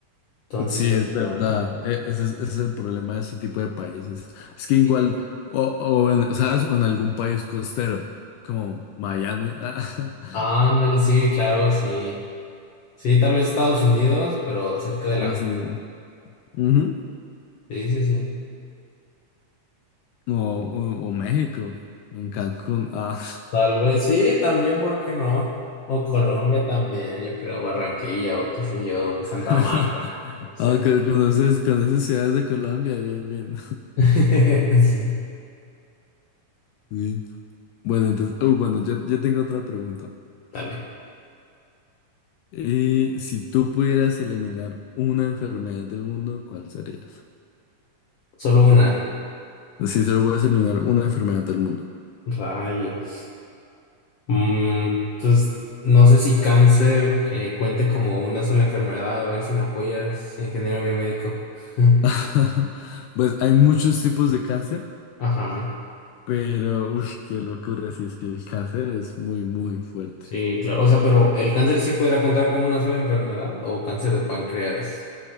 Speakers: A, on the left; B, on the left.
A: Entonces
B: Sí,
A: yo
B: es verdad.
A: creo,
B: E- Ese es, ese es el problema de ese tipo de países. Es
A: sí.
B: que igual, o, o en, ¿sabes? O en algún país costero, como Miami, <laughs>
A: Ándale, sí, claro, sí. Sí, tal vez Estados Unidos, pero cerca de
B: Estados
A: la... costa.
B: Unidos. Ujú.
A: Sí, sí, sí.
B: O, o- o México, en Cancún. Ah.
A: Tal vez sí, también, ¿por qué no? O Colombia también, yo creo, Barranquilla o qué sé yo, Santa
B: <laughs>
A: Marta, no sé.
B: Ah, con- conoces, conoces ciudades de Colombia, bien,
A: <laughs> Sí.
B: bien. <laughs> Bueno, entonces, uy, bueno, yo, yo tengo otra pregunta.
A: Dale.
B: Eh, si tú pudieras eliminar una enfermedad del mundo, ¿cuál serías?
A: Solo una.
B: Si solo puedes eliminar una enfermedad del mundo.
A: Rayos. Mm, pues no sé si cáncer eh, cuente como una sola enfermedad, a ver si me apoyas, ingeniero biomédico. <laughs>
B: <laughs> Pues hay muchos tipos de cáncer,
A: Ajá.
B: pero uf, qué locura, si es que el cáncer es muy, muy fuerte.
A: Sí, claro. O sea, pero el cáncer sí podría contar como una sola enfermedad o cáncer de páncreas